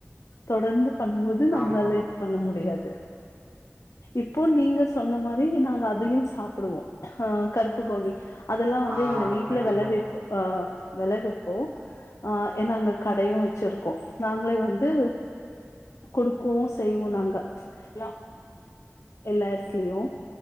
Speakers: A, on the left; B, on the right.
A: தொடர்ந்து பண்ணும்போது நம்மளால
B: ஆமா
A: இது பண்ண முடியாது இப்போ நீங்க சொன்ன மாரி நாங்க அதையும் சாப்பிடுவோம் ஆ கருப்புக்கோணி அதெல்லாம் வந்து
B: ஆ
A: இங்க வீட்டுல
B: கண்டிப்பா
A: விளவி ஆ விளைவிப்போ ஆ ஏனா அங்க கடையும் வச்சிருக் கோ நாங்களே வந்து கொடுக்கவு செய்வோம் நாங்க எல்லா எல்லா எடத்துலயும்